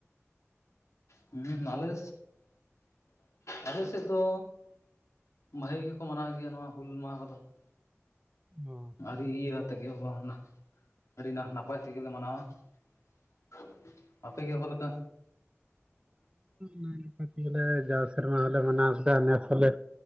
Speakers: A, on the left; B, on the right.
A: ᱦᱩᱸ ᱟᱞᱮ ᱟᱞᱮ ᱥᱮᱫ ᱫᱚ ᱵᱷᱟᱜᱮ ᱜᱮᱠᱚ ᱢᱟᱱᱟᱣ ᱜᱮᱭᱟ ᱱᱚᱣᱟ ᱦᱩᱞ ᱢᱟᱦᱟ ᱠᱚᱫᱚ ᱾
B: ᱚ
A: ᱟᱹᱰᱤ ᱤᱭᱟᱹ ᱟᱛᱮ ᱜᱮ ᱢᱟ ᱱᱟ ᱟᱹᱰᱤ ᱱᱟᱯᱟᱭ ᱛᱮᱜᱮ ᱞᱮ ᱢᱟᱱᱟᱣᱟ ᱾ ᱟᱯᱮ ᱜᱮ ᱚᱠᱟ ᱞᱮᱠᱟ?
B: ᱱᱟᱭ ᱱᱟᱯᱟᱭ ᱛᱮᱜᱮ ᱞᱮ ᱡᱟᱣ ᱥᱮᱨᱢᱟ ᱦᱚᱞᱮ ᱢᱟᱱᱟᱣ ᱠᱮᱫᱟ, ᱱᱮᱥ ᱦᱚᱸᱞᱮ